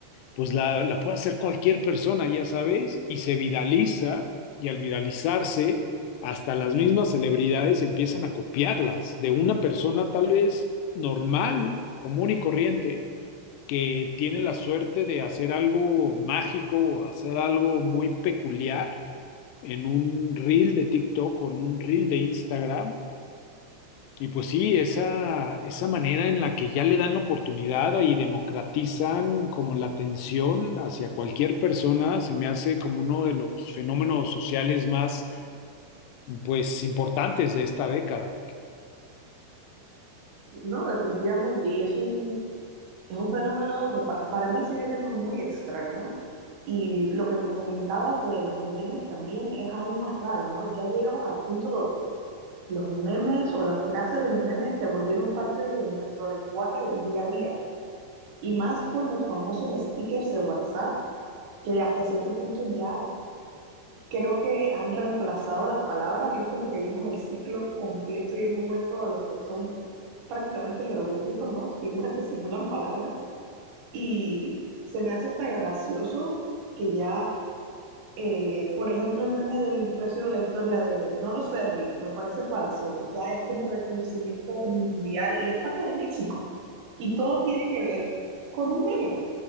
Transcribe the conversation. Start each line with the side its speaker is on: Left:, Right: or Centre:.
Left: pues la, la puede hacer cualquier persona, ya sabes, y se viraliza, y al viralizarse, hasta las mismas celebridades empiezan a copiarlas de una persona tal vez normal, común y corriente, que tiene la suerte de hacer algo mágico o hacer algo muy peculiar en un reel de TikTok o en un reel de Instagram y pues sí, esa, esa manera en la que ya le dan la oportunidad y democratizan como la atención hacia cualquier persona se me hace como uno de los fenómenos sociales más pues importantes de esta década.
Right: No, definitivamente. Y es un, es un fenómeno que pa- para mí sigue siendo muy extraño. Y lo que me comentabas de los memes también es aún más raro, ¿no? Ya llegamos al punto donde los memes o las frases de los memes se volvieron parte de nuestro lenguaje del día a día. Y más con los famosos stickers de WhatsApp, que hasta cierto punto ya creo que han reemplazado las palabras. Es como que vimos el ciclo completo y hemos vuelto a lo que son prácticamente jeroglíficos, ¿no? Figuras que simulan palabras y se me hace hasta gracioso que ya, eh, por ejemplo, el meme del precio de la historia de, no lo sé, Rick, me parece falso, ya es como de conocimiento mundial y es parte del léxico y todo tiene que ver con un meme.